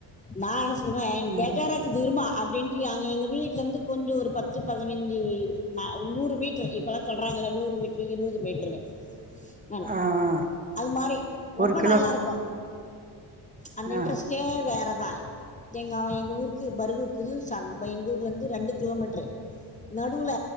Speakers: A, on the left; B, on the right.
A: நான் என்ன சொல்லவே
B: ம்ஹும்
A: பேஜாரா இருக்கு இருமா அப்டின்ட்டு எங்க வீட்ல இருந்து கொஞ்ச ஒரு பத்து பதினைஞ்சு நூறு மீட்டர் இப்பதான் சொல்றாங்க நூறு மீட்ரு இருபது மீட்ரு அ
B: ஆ ஆ
A: அது மாரி ரொம்ப
B: ஒரு கிலோ
A: நல்லா இருக்கு அந்த இன்ட்ரெஸ்ட்டே
B: ஆ
A: வேறதான் எங்க எங்க ஊருக்கு பருகூருக்கு எங்க ஊர்ல இருந்து ரெண்டு கிலோமீட்ரு நடுல